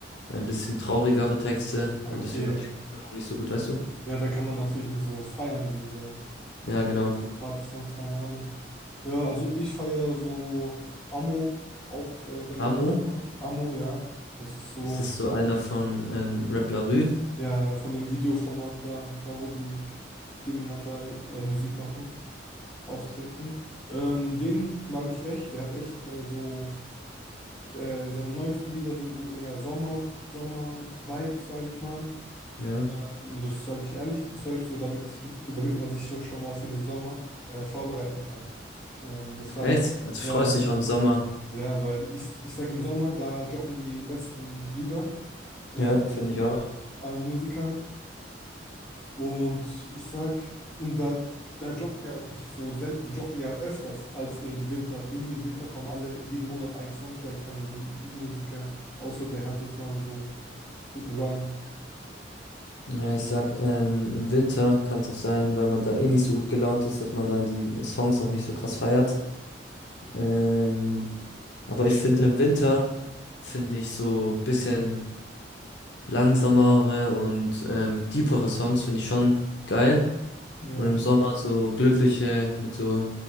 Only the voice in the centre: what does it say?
Okay.
Ja, da kann man natürlich nicht so feiern wie so
mit
so richtigen Party-Songs, keine Ahnung. Ja, also ich feiere so Amo, auch äh, relativ
neu. Amo, ja. Das ist so,
ja, von dem Videoformat da, da wo die gegeneinander äh, Musik machen, auftreten. Ähm, den mag ich echt. Der hat echt äh, so, äh, seine neuesten Lieder sind so eher Sommer, Sommer-Vibes, sage ich mal.
Ähm, das sage ich ehrlich, das höre ich so, damit, ich, damit man sich so schon mal für den Sommer äh, vorbereiten kann. Ähm, das war
ja,
ja,
ja,
ja, weil ich, ich sage im Sommer, da droppen die besten Lieder äh,
von
allen Musikern. Und ich sag, und da, da droppt ja auch nicht so, sel- die droppen ja öfters als im Winter. Irgendwie im Winter kommen alle jeden Monat einen Song vielleicht von einem Musiker, außer der hat jetzt mal so einen guten Run.
Ja.